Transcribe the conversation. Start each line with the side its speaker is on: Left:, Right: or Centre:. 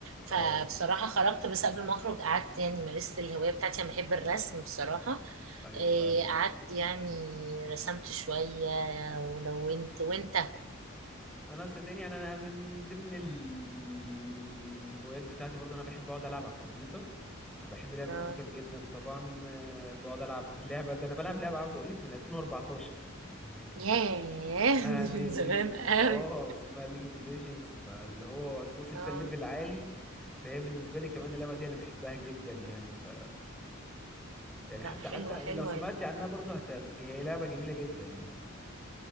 Right: فبصراحه
Centre: اه
Right: خرجت بس قبل ما اخرج قعدت يعني مارست الهوايه بتاعتي انا بحب الرسم بصراحه
Centre: ايوه
Right: إيه
Centre: فاهمك
Right: قعدت يعني رسمت شويه ولونت وانت
Centre: انا صدقني يعني انا من ضمن ال- الهوايات بتاعتي برضه انا بحب اقعد العب على الكمبيوتر انا بحب لعب
Right: اه
Centre: الكمبيوتر جدا طبعا آه، بقعد العب لعبة ده انا بلعب لعبة عاوز اقولك من 2014 يعني
Right: ياه
Centre: اسمها
Right: <laughs> دي
Centre: لي
Right: من
Centre: ليجو
Right: زمان قوي
Centre: اه اسمها ليج اوف ليجندز فاللي هو أصل وصل
Right: اه
Centre: فيها الليفل عالي فهي بالنسبه لي كمان اللعبه دي انا بحبها جدا يعني ف يعني
Right: لا
Centre: حتى
Right: حلوه
Centre: حتى
Right: حلوه
Centre: لو سمعتي
Right: يعني
Centre: عنها برضه هت... هت- هي لعبه جميله جدا يعني